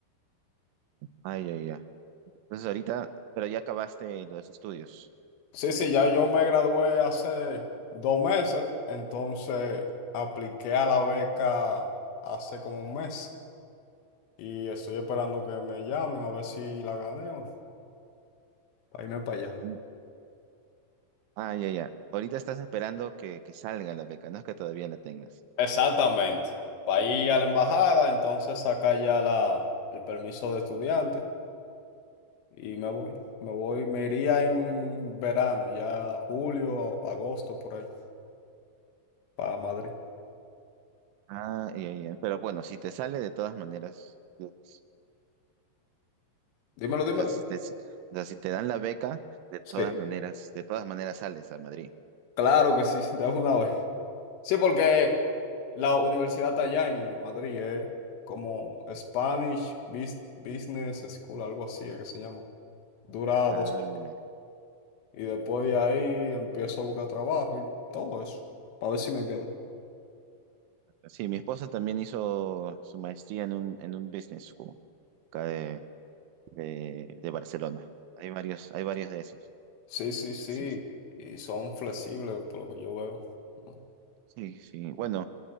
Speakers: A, on the right; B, on the left.
A: Ay, ya, ya. Entonces ahorita, pero ya acabaste los estudios.
B: Sí, sí, ya yo me gradué hace dos meses, entonces apliqué a la beca hace como un mes y estoy esperando que me llamen a ver si la gané o no, para irme para allá.
A: Mm, Ah, ya, ya. Ahorita estás esperando que, que salga la beca, no es que todavía la tengas.
B: Exactamente, para ir a la embajada, entonces saca ya la, el permiso de estudiante y me voy, me voy, me iría en verano, ya julio, a- agosto, por ahí, para Madrid.
A: Ah, ya, ya. Pero bueno, si te sale de todas maneras, es-
B: Dímelo, dímelo.
A: o sea, si te, o sea, si te dan la beca, de
B: Sí,
A: todas maneras, de todas maneras sales a Madrid.
B: claro que sí, <laughs> de una vez. Sí, porque la universidad está allá en Madrid es como Spanish Bus- Business School, algo así es que se llama. Dura
A: Ah,
B: dos años.
A: ya.
B: y después de ahí empiezo a buscar trabajo y todo eso, para ver si me quedo.
A: Sí, mi esposa también hizo su maestría en un, en un business school acá de, de, de Barcelona. Hay varios, hay varios de esos.
B: Sí, sí, sí,
A: Sí, sí,
B: y son flexibles por lo que yo veo. ¿no?
A: sí, sí. Bueno,